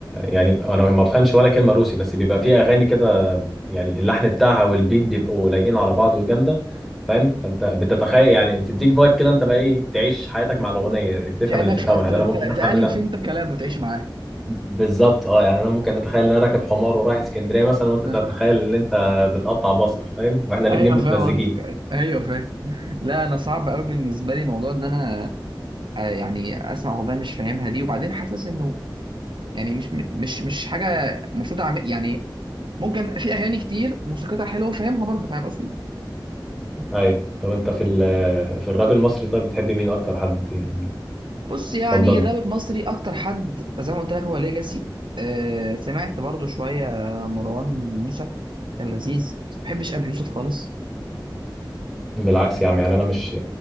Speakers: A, in the centre; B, on the right.
A: يعني انا ما بفهمش ولا كلمه روسي بس بيبقى فيه اغاني كده يعني اللحن بتاعها والبيت بيبقوا لايقين على بعض وجامده فاهم فانت بتتخيل يعني بتديك فايب كده انت بقى ايه تعيش حياتك مع الاغنيه تفهم
B: كأنك
A: اللي تفهمه
B: فا- ت-
A: يعني
B: ت-
A: انا ممكن افهم
B: تألف
A: منها
B: انت كلام وتعيش معاه
A: بالظبط اه يعني انا ممكن اتخيل ان انا راكب حمار ورايح اسكندريه مثلا وانت
B: <laughs>
A: تتخيل ان انت بتقطع بصل فاهم واحنا الاثنين
B: ايوه
A: متمزجين
B: فاهم قصدك ايوه فاهم لا انا صعب قوي بالنسبه لي موضوع ان انا آه، يعني اسمع اغنيه مش فاهمها دي وبعدين حاسس انه يعني مش مش مش حاجه المفروض اعمل يعني ممكن في اغاني كتير موسيقتها حلوه وفاهمها برضه فاهم قصدي
A: ايوه طب انت في ال- في الراب المصري طيب بتحب مين اكتر حد يعني
B: بص يعني
A: تفضله
B: الراب المصري اكتر حد زي ما قلت لك هو ليجاسي أه سمعت برضه شويه مروان موسى كان لذيذ ما بحبش ابي يوسف خالص
A: بالعكس يا عم يعني انا مش